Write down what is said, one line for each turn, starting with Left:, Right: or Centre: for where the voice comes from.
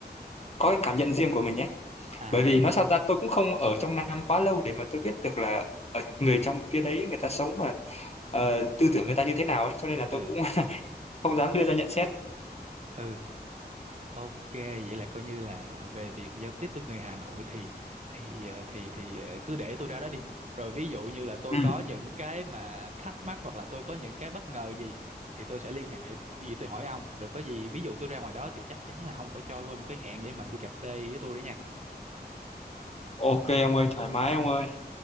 Left: có cái cảm nhận riêng của mình nhé
Right: à
Left: bởi vì nói sao ta tôi cũng không ở trong Nam quá lâu để mà tôi biết được là ở người trong phía đấy người ta sống và ờ, tư tưởng người ta như thế nào ấy cho nên là tôi
Right: ừ
Left: cũng <laughs> không dám đưa ra nhận xét
Right: ừ Ok, vậy là coi như là về việc giao tiếp với người Hà Nội thì thì ờ, thì thì ờ, cứ để tôi ra đó đi. Rồi ví dụ như là tôi
Left: ừ.
Right: có những cái mà thắc mắc hoặc là tôi có những cái bất ngờ gì thì tôi sẽ liên hệ gì tôi hỏi ông. Rồi có gì ví dụ tôi ra ngoài đó thì chắc chắn là ông phải cho tôi một cái hẹn để mà đi cà phê với tôi đấy nha.
Left: ok ông ơi thoải mái ông ơi